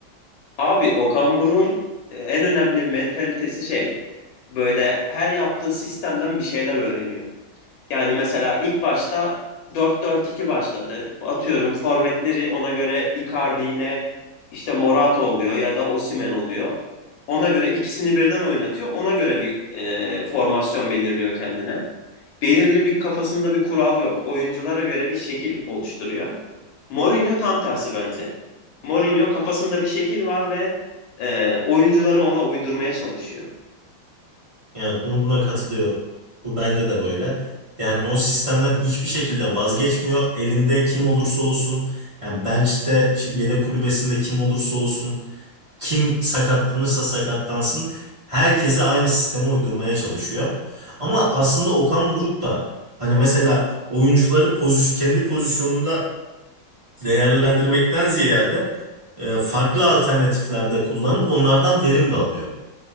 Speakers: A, on the left; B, on the right.
A: Abi Okan Buruk'un e, en önemli mentalitesi şey, böyle her yaptığı sistemden bir şeyler öğreniyor. Yani mesela ilk başta dört dört iki başladı. Atıyorum forvetleri ona göre Icardi ile işte Morata oluyor ya da Osimhen oluyor. Ona göre ikisini birden oynatıyor. Ona göre bir e, formasyon belirliyor kendine. Belirli bir kafasında bir kural yok. Oyunculara göre bir şekil oluşturuyor. Mourinho tam tersi bence. Mourinho kafasında bir şekil var ve e, oyuncuları ona uydurmaya çalışıyor.
B: Yani bunu buna katılıyorum. Bu bence de böyle. Yani o sistemden hiçbir şekilde vazgeçmiyor. Elinde kim olursa olsun, yani bench'te şey, yedek kulübesinde kim olursa olsun, kim sakatlanırsa sakatlansın, herkese aynı sisteme uydurmaya çalışıyor. Ama aslında Okan Buruk da hani mesela oyuncuları pozisyon kendi pozisyonunda değerlendirmekten ziyade e, farklı alternatiflerde kullanıp onlardan verim de alıyor.